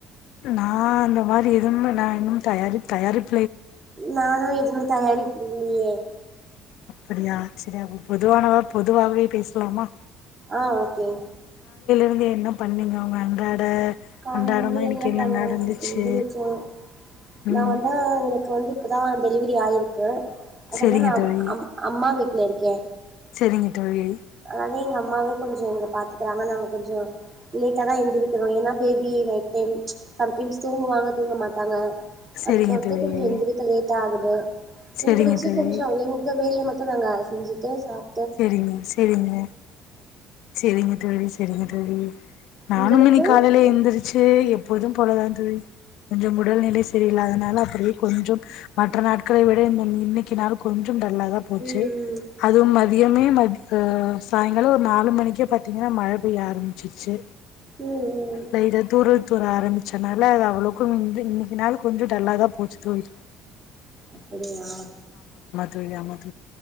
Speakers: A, on the left (about 70°); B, on the right (about 40°).
A: நா அந்த மாரி இரும்புன இன்னு தயாரிப் தயாரிப்
B: நானும் எதுவுமே தயாரிப்பிலையே
A: அப்டியா சேரி பொதுவான பொதுவாகவே பேசலாமா
B: ஆஹ் ஓகே
A: இல்ல என்ன பண்ணீங்க உங்க அன்றாட
B: கால்லயிருந்து
A: அன்றாடமா இன்னைக்கு
B: என்ன பண்ண
A: நடந்துச்சு
B: எந்திரிச்ச
A: ம்
B: நா தா உனக்கு வந்து இப்பதா டெலிவரி ஆய்ருக்கு அதனால
A: சரிங்க
B: நா
A: தோழி
B: அம் அம் அம்மா <unintelligible> ல்ல இருக்கி
A: சேரிங்க தோழி
B: அதே எங்க அம்மாவே கொஞ்ச எங்கள பாத்துக்கறாங்க நாங்கள் கொஞ்சம் லேட்டா தா எழுந்திரிக்கிறோம் ஏன்னா பேபி நைட் டைம் சம்டைம்ஸ் தூங்குவாங்க தூங்க மாட்டாங்க
A: சரிங்க
B: அது பொறுத்தே
A: தோழி
B: கொஞ்சம் எந்திரிக்க லேட் ஆகும் அ
A: சரிங்க
B: எந்திரிச்சு
A: தோழி
B: கொஞ்ச எங்க வேலய மட் நாங்க அ செஞ்சுட்டு சாப்
A: சேரிங்க சேரிங்க சேரிங்க தோழி சேரிங்க தோழி ம் நானும்
B: உங்களுக்கு
A: இன்னைக் காலேல எந்திரிச்சு எப் போதும் போலதான் தோழி கொஞ்சம் உடல்நிலை செரியில்லாதனால அப்டியே கொஞ்சம் மற்ற நாட்களை விட இந்த இன்னக்கி நாள் கொஞ் கு டல்லா தா போச்சு
B: ம்
A: அதுவு மற் தியமே மோக்கு சாய்ங்கால ஒரு நாலு மணிக்கே பா்த்தீங்கனா மழ பெய்ய ஆரம்ச்சிருச்சு
B: ம் ம் ம்.
A: லைட்டா தூறல் துர ஆரம்மிச்சனால அது அவ்ளோக்கு வந்து இன்னைக்கு நாள் கொஞ்ச டல்லா தா போச்சு தூரிட்டு
B: அப்டியா
A: தோழி ஆமா தோ